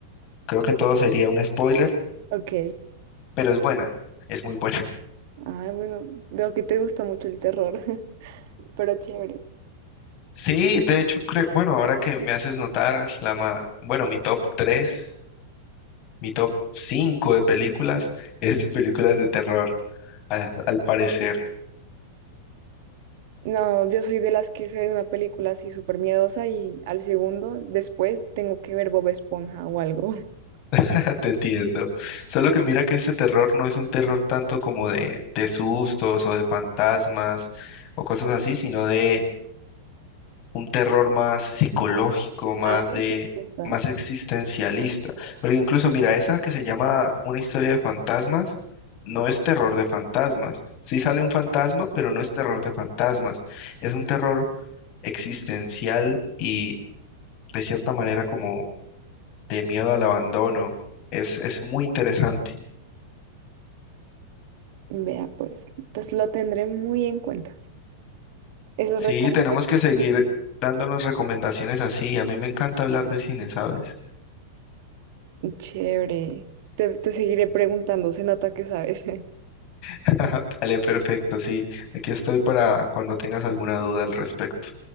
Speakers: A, on the left (about 45°); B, on the right (about 55°).
A: creo que todo sería un spoiler
B: Ok.
A: pero es buena, es muy buena. <laughs>
B: Ah, bueno, veo que te gusta mucho el terror, <laughs> pero chévere.
A: Sí, de hecho, creo, bueno, ahora que me haces notar, la ma- bueno, mi top 3, mi top 5 de películas <laughs> es de películas de terror, a- al, parecer,
B: No, yo soy de las que se ve una película así súper miedosa y al segundo, después tengo que ver Bob Esponja o algo. <laughs>
A: <laughs> te entiendo. Solo que mira que este terror no es un terror tanto como de, de sustos o de fantasmas o cosas así, sino de un terror más psicológico, más
B: Ay,
A: de,
B: qué gusta.
A: más existencialista. Porque incluso, mira, esa que se llama Una historia de fantasmas, no es terror de fantasmas. Sí sale un fantasma, pero no es terror de fantasmas. Es un terror existencial y de cierta manera como de miedo al abandono. Es, es muy interesante.
B: Vea, pues, pues lo tendré muy en cuenta. Esas
A: Sí,
B: recomendaciones.
A: tenemos que seguir dándonos recomendaciones así. A mí me encanta hablar de cine, ¿sabes?
B: Chévere. Te, te seguiré preguntando, se nota que sabes. <laughs>
A: <laughs> Dale, perfecto, sí. Aquí estoy para cuando tengas alguna duda al respecto.